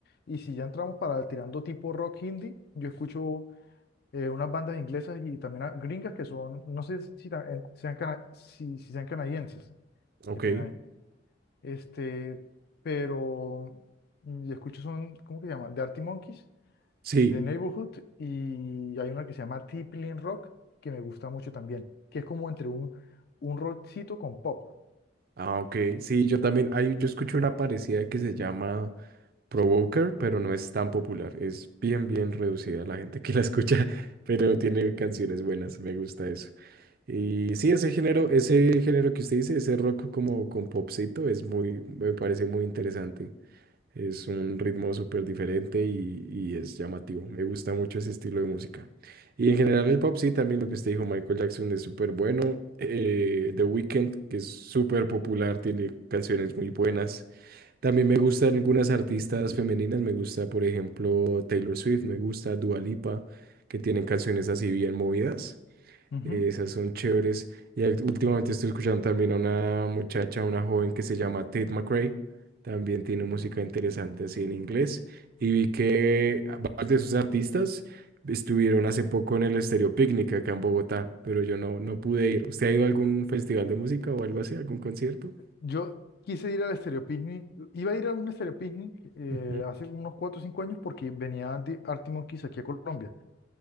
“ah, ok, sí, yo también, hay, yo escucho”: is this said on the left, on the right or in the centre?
Right